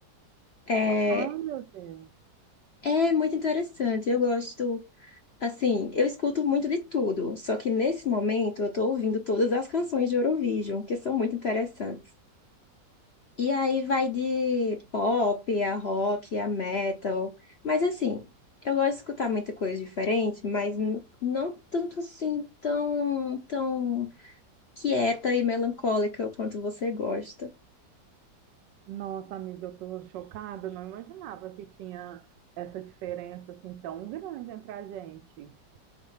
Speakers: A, on the left (about 55°); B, on the right (about 80°).
A: É,
B: ah meu Deus.
A: é muito interessante. Eu gosto, assim, eu escuto muito de tudo, só que nesse momento eu tô ouvindo todas as canções de Eurovision, que são muito interessantes. E aí vai de pop, a rock, a metal. Mas assim, eu gosto de escutar muita coisa diferente, mas n- não tanto assim tão, tão quieta e melancólica quanto você gosta.
B: Nossa, amiga, eu tô chocada, não imaginava que tinha essa diferença assim tão grande entre a gente.